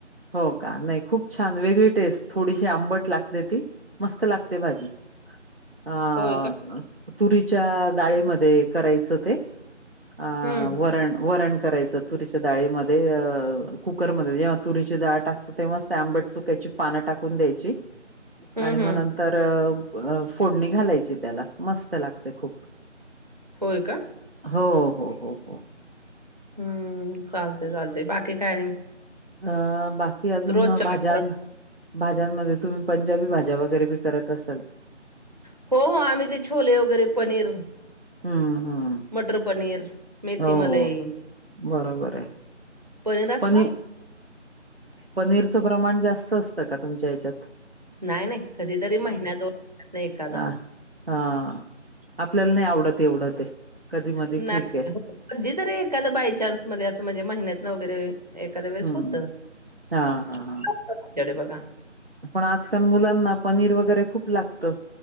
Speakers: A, on the right (about 50°); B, on the right (about 35°).
A: हो का. नाही खूप छान. वेगळी टेस्ट थोडीशी आंबट लागते ती. मस्त लागते भाजी. अ
B: होय का?
A: तुरीच्या डाळीमध्ये करायचं ते. अ
B: हम्म
A: वरण वरण करायचं. तुरीच्या डाळीमध्ये अ कुकरमध्ये जेव्हा -- तुरीची डाळ टाकतो तेव्हाच ते आंबट चुक्याची पानं टाकून द्यायची
B: हम्म
A: आणि म
B: हम्म
A: नं -- तर फोडणी घालायची त्याला मस् -- मस्त लागत खूप.
B: होय का?
A: हो, हो, हो, हो.
B: हम्म. चालतय चालतयं बाकी काय आणि
A: अ बाकी अजून
B: रोजच्या
A: भाज्यांनं
B: वापरा-
A: भाज्यांमध्ये तुम्ही पंजाबी भाज्या वगैरे बी करत असाल.
B: हो. हो. आम्ही ते छोले वगैरे पनीर,
A: हं, हं.
B: मटर पनीर. मेथी
A: हो.
B: मलाई
A: बरोबर हाय.
B: पनीर असता
A: पनिर पनीरचं प्रमाण जास्त असतं का तुमच्या हेच्यात?
B: नाही. नाही. कधीतरी महिन्या दोन महिन्यातन एखादा.
A: अ हा. आपल्याला नाही आवडत एवढ ते. कधी मधी
B: नाही
A: ठीक आहे
B: हो. कधी तरी एखादं बाय चान्स मध्ये असं म्हणजे महिन्यातनं वगैरे. एखाद्या वेळेस
A: हम्म
B: होत.
A: हा हा
B: <unintelligible>
A: हा
B: बघा.
A: पण आजकाल मुलांना पनीर वगैरे खूप लागतं.